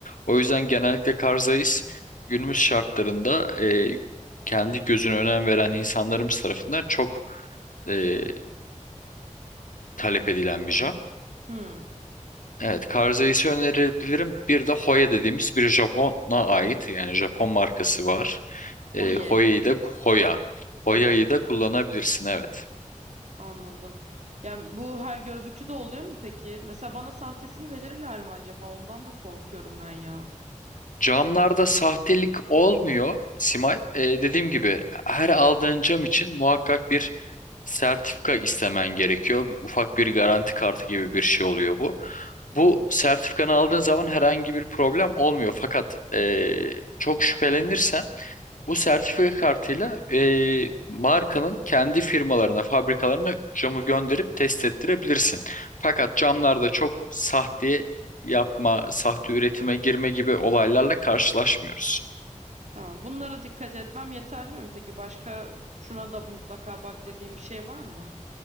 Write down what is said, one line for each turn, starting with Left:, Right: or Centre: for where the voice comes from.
Left: O yüzden genellikle Karzais günümüz şartlarında e, kendi gözüne önem veren insanlarımız tarafından çok e, talep edilen bir cam.
Right: Hı,
Left: Evet, Karzais'i önerebilirim. Bir de Hoya dediğimiz bir Japon'a ait yani Japon markası var.
Right: Koye.
Left: E, Hoya'yı da Hoya. Hoya'yı
Right: Koya.
Left: da kullanabilirsin evet.
Right: Anladım. Yani bu her gözlükçüde oluyor mu peki? Mesela bana sahtesini verirler mi acaba? Ondan da korkuyorum ben ya.
Left: Camlarda sahtelik olmuyor Simay. Ee, dediğim gibi her aldığın cam için muhakkak bir sertifika istemen gerekiyor. Ufak bir garanti kartı gibi bir şey oluyor bu. Bu sertifikanı aldığın zaman herhangi bir problem olmuyor. Fakat ee, çok şüphelenirsen bu sertifika kartıyla e, markanın kendi firmalarına, fabrikalarına camı gönderip test ettirebilirsin. Fakat camlarda çok sahte yapma, sahte üretime girme gibi olaylarla karşılaşmıyoruz.
Right: Tamam. Bunlara dikkat etmem yeterli mi peki? Başka şuna da mutlaka bak dediğim bir şey var mı?